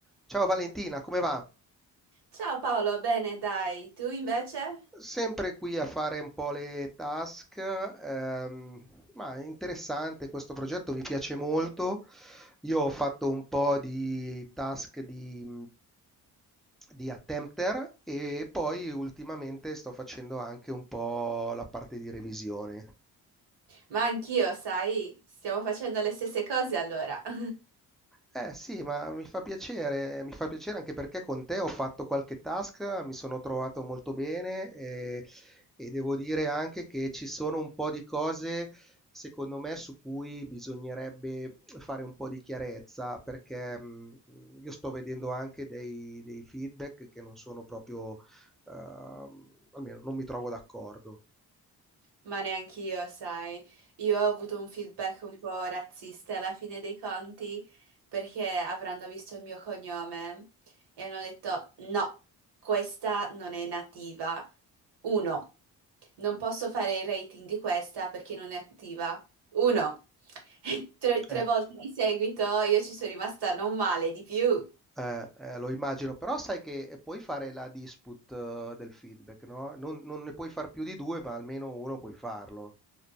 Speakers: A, in the centre; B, on the right.
A: Ciao Valentina, come va?
B: Ciao Paolo, bene, dai, tu invece?
A: Sempre qui a fare un po' le task, ehm, ma è interessante questo progetto, mi piace molto. Io ho fatto un po' di task di, di attempter e poi ultimamente sto facendo anche un po' la parte di revisione.
B: Ma anch'io, sai, stiamo facendo le stesse cose allora. <laughs>
A: Eh sì, ma mi fa piacere, mi fa piacere anche perché con te ho fatto qualche task, mi sono trovato molto bene e, e devo dire anche che ci sono un po' di cose, secondo me, su cui bisognerebbe fare un po' di chiarezza, perché mh, io sto vedendo anche dei, dei feedback che non sono proprio, ehm, almeno non mi trovo d'accordo.
B: Ma neanch'io, sai, io ho avuto un feedback un po' razzista alla fine dei conti perché avranno visto il mio cognome e hanno detto no, questa non è nativa. Uno, non posso fare il rating di questa perché non è attiva. Uno, <laughs> E tre, tre
A: Eh,
B: volte di seguito io ci sono rimasta non male di più.
A: Eh, eh, lo immagino, però sai che eh, puoi fare la dispute eh, del feedback, no? Non, non ne puoi far più di due, ma almeno uno puoi farlo.